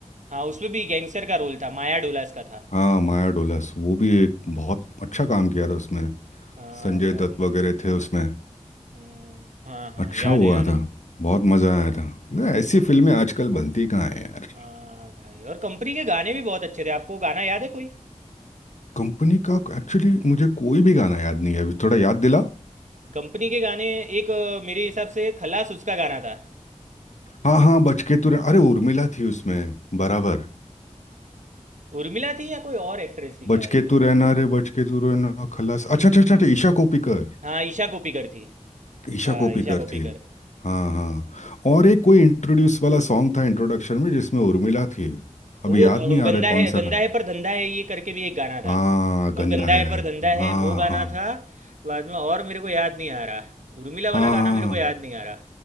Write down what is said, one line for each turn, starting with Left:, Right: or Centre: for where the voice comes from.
Right: हाँ उसमें भी गैंगस्टर का रोल था माया डोलास का था
Left: हाँ माया डोलस वो भी एक बहुत अच्छा काम किया था उसमें
Right: हाँ
Left: संजय
Right: भाई
Left: दत्त वगैरह थे उसमें
Right: हम्म हाँ हाँ
Left: अच्छा
Right: याद
Left: हुआ
Right: है याद
Left: था
Right: है
Left: बहुत मज़ा आया था नहीं,
Right: और
Left: ऐसी फिल्में आजकल बनती कहाँ है यार
Right: हाँ भाई और कंपनी के गाने भी बहुत अच्छे थे आपको गाना याद है कोई
Left: कंपनी का एक्चुअली मुझे कोई भी गाना याद नहीं है अभी थोड़ा याद दिला
Right: कंपनी के गाने एक अ, मेरे हिसाब से खलास उसका गाना था
Left: हाँ हाँ बच के तू रहना अरे उर्मिला थी उसमें बराबर
Right: उर्मिला थी या कोई और एक्ट्रेस थी
Left: बच
Right: शायद
Left: के तू
Right: से
Left: रहना रे बच के तू रहना खलास अच्छा अच्छा अच्छा अच्छा, ईशा कोप्पिकर
Right: हाँ ईशा कोप्पिकर थी
Left: ईशा
Right: हाँ
Left: कोप्पिकर
Right: ईशा कोप्पिकर
Left: थी हाँ हाँ और एक कोई इंट्रोड्यूस वाला सॉन्ग था इंट्रोडक्शन में जिसमें उर्मिला थी अभी
Right: वो
Left: याद
Right: अ,
Left: नहीं आ
Right: गंदा
Left: रहा है कौन
Right: है
Left: सा
Right: गंदा है पर धंधा है ये करके भी एक गाना था
Left: हाँ गंदा
Right: सब गंदा
Left: है
Right: है पर धंधा
Left: हाँ
Right: है वो गाना
Left: हाँ
Right: था बाद में और मेरे को याद नहीं आ रहा उर्मिला
Left: हाँ
Right: वाला गाना
Left: हाँ
Right: मेरे को याद नहीं आ रहा